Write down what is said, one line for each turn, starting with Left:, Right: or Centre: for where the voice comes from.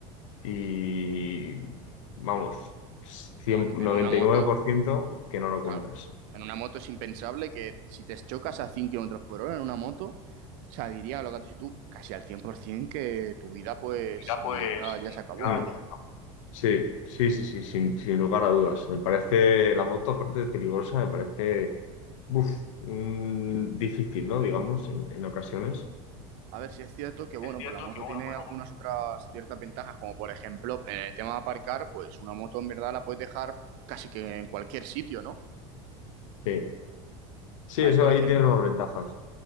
Left: y vamos, cien
Right: No, en,
Left: noventa
Right: en una moto,
Left: y nueve por ciento que no lo
Right: claro.
Left: cuentas.
Right: En una moto es impensable que si te chocas a cinco kilómetros por hora en una moto, o sea, diría lo que has dicho tú, casi al 100% que tu vida, pues,
Left: Mira,
Right: mm,
Left: pues,
Right: ya, ya
Left: Mm.
Right: se acabó,
Left: ya,
Right: ¿no?
Left: Sí, sí, sí, sí, sin, sin lugar a dudas. Me parece la moto, aparte de peligrosa, me parece uf, un- difícil, ¿no? Digamos, en, en ocasiones.
Right: A ver si es cierto que, bueno,
Left: es cierto
Right: pues la moto
Left: que, bueno,
Right: tiene
Left: pues
Right: algunas otras ciertas ventajas, como por ejemplo, en el tema de aparcar, pues una moto en verdad la puedes dejar casi que en cualquier sitio, ¿no?
Left: Sí, sí,
Right: Ahí,
Left: eso
Right: por
Left: ahí
Right: ejemplo,
Left: tiene las ventajas.